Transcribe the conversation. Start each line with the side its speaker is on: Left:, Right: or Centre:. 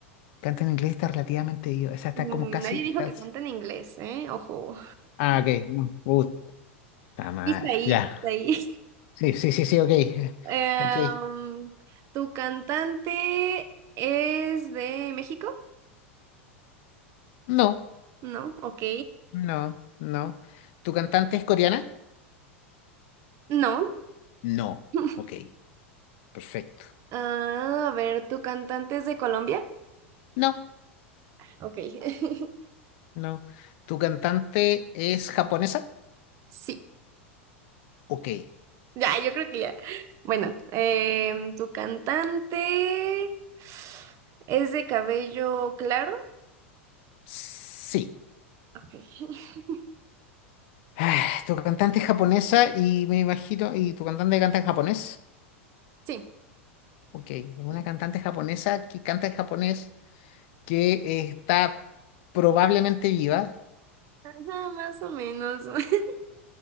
Left: Canta en inglés está relativamente ido. O sea, está
Right: Mm,
Left: como casi.
Right: Nadie dijo
Left: estás-
Right: que canta en inglés, ¿eh? Ojo.
Left: Ah, ok. No. Puta madre.
Right: Pista ahí,
Left: Ya.
Right: pista ahí.
Left: Sí, sí, sí, sí, ok. Eh,
Right: Em,
Left: Ok.
Right: ¿tu cantante es de México?
Left: No,
Right: No, ok.
Left: no, no. ¿Tu cantante es coreana?
Right: No.
Left: No.
Right: <laughs>
Left: Ok. Perfecto.
Right: Ah, a ver, ¿tu cantante es de Colombia?
Left: No,
Right: Ok. <laughs>
Left: no. ¿Tu cantante es japonesa?
Right: Sí.
Left: Ok.
Right: Ya, yo creo que ya. Bueno, em, ¿tu cantante es de cabello claro?
Left: Sí. <sighs>
Right: Ok. <laughs>
Left: Ah, ¿Tu cantante es japonesa y me imagino, y tu cantante canta en japonés?
Right: Sí.
Left: Ok, es una
Right: sí.
Left: cantante japonesa que canta en japonés, que eh, está probablemente viva.
Right: Ajá, más o menos. <laughs>